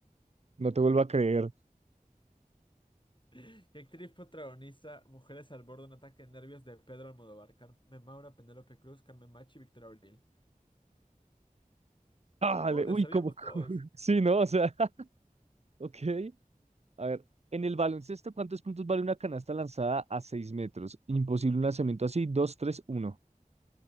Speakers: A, on the right; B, on the left.
A: No te vuelvo a creer.
B: ¿Qué actriz protagoniza Mujeres al borde de un ataque de nervios de Pedro Almodóvar? Carmen Maura, Penélope Cruz, Carmen Machi, Victoria Abril.
A: ¡Ah,
B: Oh,
A: le-
B: la
A: Uy,
B: sabíamos
A: cómo. <laughs>
B: todos.
A: Sí, ¿no? O sea, <laughs> ok. A ver, en el baloncesto, ¿cuántos puntos vale una canasta lanzada a 6 metros? Imposible un lanzamiento así. Dos, tres, uno.